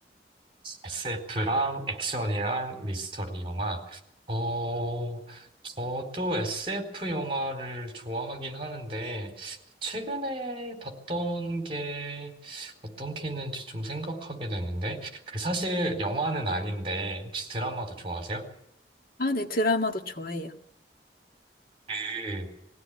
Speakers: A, on the right; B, on the left.
A: SF랑 액션이랑 미스터리 영화. 어, 저도 SF 영화를 좋아하긴 하는데 최근에 봤던 게 어떤 게 있는지 좀 생각하게 되는데 그 사실 영화는 아닌데 혹시 드라마도 좋아하세요?
B: 아, 네, 드라마도 좋아해요.
A: 그